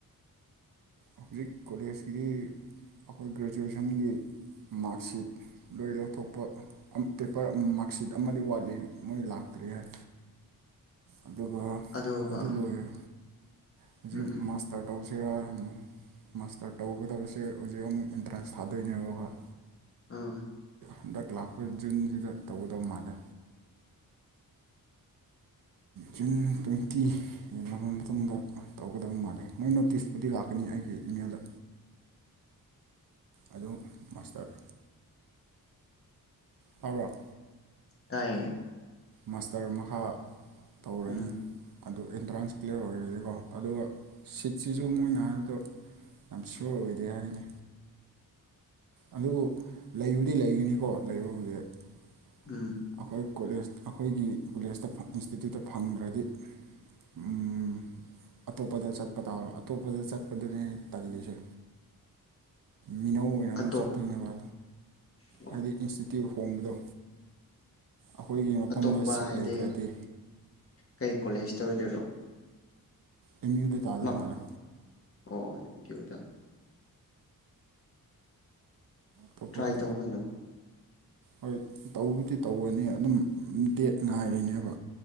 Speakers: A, on the right; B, on the left.
A: ꯍꯧꯖꯤꯛ ꯀꯣꯂꯦꯖꯀꯤꯗꯤ ꯑꯩꯈꯣꯏ ꯒ꯭ꯔꯦꯖꯨꯋꯦꯁꯟꯒꯤ ꯃꯥꯔꯛꯁꯤꯠ ꯂꯣꯏ ꯂꯧꯊꯣꯛꯄ ꯄꯦꯄꯔ ꯃꯥꯔꯛꯁꯤꯠ ꯑꯃꯗꯤ ꯋꯥꯠꯂꯤ ꯃꯣꯏ ꯂꯥꯛꯇ꯭ꯔꯤ ꯍꯥꯏ꯫ ꯑꯗꯨꯒ
B: ꯑꯗꯨꯒ
A: ꯑꯗꯨ ꯂꯣꯏꯔꯦ꯫ ꯍꯧꯖꯤꯛ
B: ꯎꯝꯍꯝ
A: ꯃꯥꯁꯇꯔ ꯇꯧ ꯁꯤꯔ ꯃꯥꯁꯇꯔ ꯇꯧꯒꯗꯕꯁꯦ ꯍꯧꯖꯤꯛ ꯑꯃꯨꯛ ꯑꯦꯟꯇ꯭ꯔꯥꯟꯁ ꯊꯥꯗꯣꯏꯅꯦꯕ ꯈꯣꯏ꯫
B: ꯑꯥ꯫
A: ꯍꯟꯗꯛ ꯂꯥꯛꯄ ꯖꯨꯟꯖꯤꯗ ꯇꯧꯒꯗꯕ ꯃꯥꯜꯂꯦ꯫ ꯖꯨꯟ ꯇꯣꯏꯟꯇꯤ ꯍꯦꯜꯂꯕ ꯃꯇꯨꯡꯗ ꯇꯧꯒꯗꯕ ꯃꯥꯜꯂꯦ ꯃꯣꯏ ꯅꯣꯇꯤꯁꯄꯨꯗꯤ ꯂꯥꯛꯀꯅꯤ ꯑꯩꯒꯤ ꯏꯃꯦꯜꯗ ꯑꯗꯨ ꯃꯥꯁꯇꯔ ꯇꯥꯕꯔꯣ꯫
B: ꯇꯥꯌꯦ꯫
A: ꯃꯥꯁꯇꯔ ꯃꯈꯥ ꯇꯧꯔꯅꯤ꯫
B: ꯎꯝ
A: ꯑꯗꯨ ꯑꯦꯟꯇ꯭ꯔꯥꯟꯁ ꯀ꯭ꯂꯤꯌꯥꯔ ꯑꯣꯏꯔꯗꯤꯀꯣ ꯑꯗꯨꯒ ꯁꯤꯠꯁꯤꯁꯨ ꯃꯣꯏꯅ ꯍꯥꯏꯕꯗꯣ ꯌꯥꯝ ꯁꯤꯌꯣꯔ ꯑꯣꯏꯗꯦ ꯍꯥꯏꯅꯦ꯫ ꯑꯗꯨꯕꯨ ꯂꯩꯕꯨꯗꯤ ꯂꯩꯒꯅꯤꯀꯣ ꯂꯩꯕꯕꯨꯗꯤ꯫ ꯑꯩꯈꯣꯏ
B: ꯎꯝ
A: ꯀꯣꯂꯦꯖ꯫ ꯑꯩꯈꯣꯏꯒꯤ ꯀꯣꯂꯦꯖꯇ ꯏꯟꯁꯇꯤꯇ꯭ꯌꯨꯠꯇ ꯐꯪꯗ꯭ꯔꯗꯤ ꯎꯝ ꯑꯇꯣꯞꯄꯗ ꯆꯠꯄ ꯇꯥꯕ ꯑꯇꯣꯞꯄꯗ ꯆꯠꯄꯗꯅꯦ ꯇꯜꯂꯤꯖꯦ꯫ ꯃꯤꯅꯧ ꯑꯣꯏꯅ ꯑꯃꯨꯛ
B: ꯑꯇꯣꯞ
A: ꯆꯠꯇꯣꯏꯅꯦꯕ
B: ꯑꯣ
A: ꯍꯥꯏꯗꯤ ꯏꯟꯁꯇꯤꯇ꯭ꯌꯨꯠ ꯍꯣꯡꯕꯗꯣ꯫ ꯑꯩꯈꯣꯏꯒꯤ ꯃꯐꯝꯗ
B: ꯑꯇꯣꯞꯄ
A: ꯁꯤꯠ
B: ꯍꯥꯏꯗꯤ
A: ꯂꯩꯇ꯭ꯔꯗꯤ
B: ꯀꯩ ꯀꯣꯂꯦꯖ꯫ ꯇ ꯑꯣꯏꯗꯣꯏꯔꯣ꯫
A: ꯑꯦꯝ ꯌꯨꯗ ꯇꯥꯗꯧ
B: ꯃꯞ
A: ꯃꯥꯜꯂꯦ꯫
B: ꯑꯣ ꯑꯦꯝ ꯌꯨꯗ꯫
A: ꯑꯇꯣꯞꯄꯗꯤ
B: ꯇ꯭ꯔꯥꯏ ꯇꯧꯀꯩꯅꯣ꯫
A: ꯍꯣꯏ ꯇꯧꯕꯗꯤ ꯇꯧꯒꯅꯤ ꯑꯗꯨꯝ ꯗꯦꯠ ꯉꯥꯏꯔꯤꯅꯦꯕ